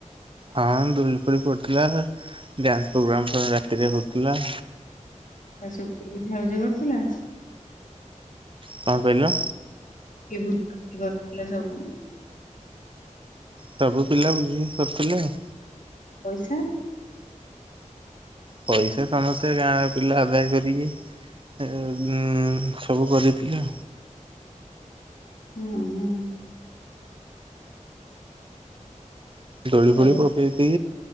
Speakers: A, on the right; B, on the left.
A: ହଁ ଦୋଳି ଫୋଳି ପଡିଥିଲା। ଡ୍ୟାନ୍ସ ପ୍ରୋଗ୍ରାମ ରାତିରେ ହଉଥିଲା।
B: <inaudible> କରୁଥିଲା
A: କଣ କହିଲ?
B: <inaudible>
A: ସବୁ ପିଲା ବୁଝିକି କରୁଥିଲେ ଆଉ।
B: ପଇସା?
A: ପଇସା ସମସ୍ତେ ଗାଁ ର ପିଲା ଆଦାୟ କରିକି। ଏ ଉଁ ସବୁ କରିଥିଲେ।
B: ହୁଁ ହୁଁ।
A: ଦୋଳି
B: ସବୁ
A: ଫୋଳି ପକେଇକି